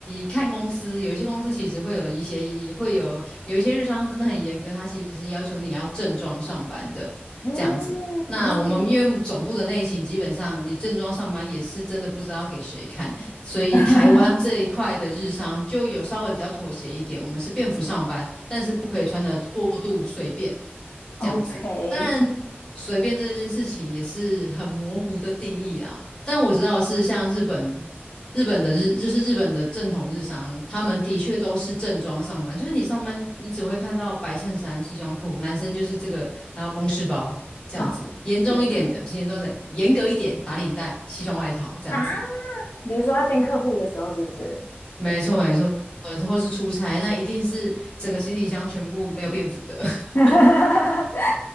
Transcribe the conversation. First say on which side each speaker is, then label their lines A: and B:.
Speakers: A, on the left; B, on the left.
A: 看公司，有一些公司其实会有一些会有有一些日商真的很严格，他其实是要求你要正装上班的这样子。
B: 嗯嗯
A: 那我们因为总部的内勤，基本上你正装上班也是真的不知道给谁看，所以台湾这一块的日商就有稍微比较妥协一点，
B: <laughs>
A: 我们是便服上班，但是不可以穿的过度随便这样子。
B: ，OK，
A: 当然，随便这件事情也是很模糊的定义啦。但我知道的是像日本。日本的日就是日本的正统日商，他们的确都是正装上班，就是你上班你只会看到白衬衫、西装裤，男生就是这个，然后公事包这样子，
B: 哦，
A: 严重一点的，
B: 天哪，
A: 不是严重的，严格一点打领带、西装外套这样子，
B: 啊，比如说要见客户的时候，是不是？
A: 没错没错，呃或是出差那一定是整个行李箱全部没有便服的，<laughs>
B: <laughs>